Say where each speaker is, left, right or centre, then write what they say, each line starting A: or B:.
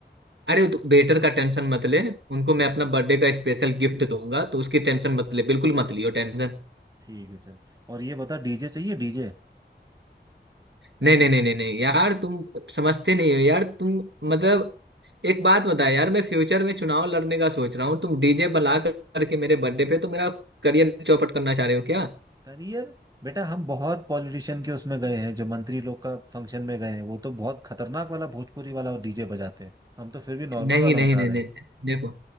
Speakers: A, on the right; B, on the right.
A: अरे तो वेटर का टेंशन मत ले उनको मैं
B: हम्म,
A: अपना बर्थडे का स्पेशल गिफ्ट दूंगा तो उसकी टेंशन मत ले बिल्कुल मत लियो टेंशन
B: ठीक है चल और ये बता डीजे चाहिए डीजे
A: नहीं नहीं नहीं नहीं नहीं यार तुम समझते नहीं हो यार तुम मतलब एक बात बता यार मैं फ्यूचर में चुनाव लड़ने का सोच रहा हूँ तुम डीजे बला कर- करके मेरे बर्थडे पे तो मेरा करियर चौपट करना चाह रहे हो क्या
B: करियर बेटा हम बहुत पॉलिटिशियन के उसमें गए हैं जो मंत्री लोग का फंक्शन में गए हैं वो तो बहुत खतरनाक वाला भोजपुरी वाला डीजे बजाते हैं हम तो फिर भी नॉर्मल
A: नहीं
B: वाला
A: नहीं
B: बता
A: नहीं
B: रहे
A: नहीं
B: हैं
A: नहीं। देखो